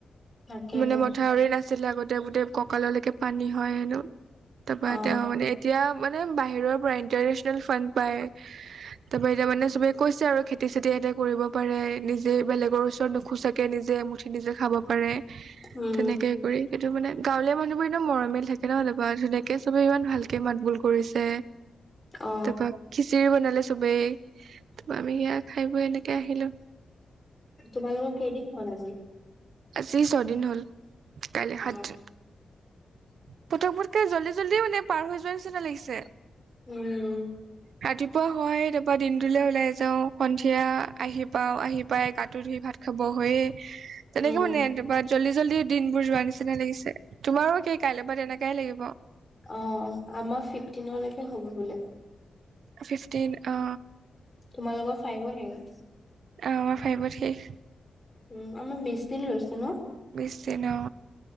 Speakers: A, on the left; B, on the right.
A: তাকেতো
B: মানে মই মথাউৰি আছিলে আগতে। গোটেই কঁকাললৈকে পানী হয় হেনো। তাৰ পৰা
A: অ
B: তেওঁ মানে এতিয়া, মানে বাহিৰৰ পৰা ইন্টাৰনেচনেল ফান্ড পায়। তাৰ পৰা এতিয়া মানে চবে কৈছে আৰু খেতি চেতি এতিয়া কৰিব পাৰে নিজে। বেলেগ গৰ ওচৰত নোখোচাকে নিজে এমুঠি নিজে খাব পাৰে।
A: উম
B: তেনেকে কৰি, এইটো মানে। গাঁৱলীয়া মানুহবোৰ এনেই মৰমিয়াল থাকে ন। এনেকে চবে ইমান ভালকে মাত বোল কৰিছে।
A: অ
B: তাৰপৰা খিচিৰি বনালে চবেই। তাৰপৰা আমি সেয়াই খাই বৈ এনেকে আহিলোঁ।
A: তোমালোকৰ কেইদিন হ'ল আজি?
B: আজি ছদিন হ'ল। কাইলৈ সাতদিন।
A: অ
B: পতক পত পতকে জল্দি- জল্দি মানে পাৰ হৈ যোৱাৰ নিচিনা লাগিছে।
A: উম।
B: ৰাতিপুৱা হয়, তাৰপৰা দিনটোলৈ ওলাই যাওঁ। সন্ধিয়া আহি পাও, আহি পাই, গাটো ধুই, ভাত খাব হৈয়ে। তেনেকে
A: উম
B: মানে। তাৰপৰা জল্দি- জল্দি দিন বোৰ যোৱাৰ নিচিনা লাগিছে। তোমাৰো একেই কাইলৈ পৰা তেনেকাই লাগিব।
A: অ, আমাৰ ফিফটিনলৈকে হ'ব বোলে।
B: ফিফটিন, অ।
A: তোমালোকৰ ফাইভলৈকে।
B: অঁ আমাৰ ফাইবত শেষ।
A: উম আমাৰ বিছ দিন লৈছে ন?
B: বিছ দিন অ।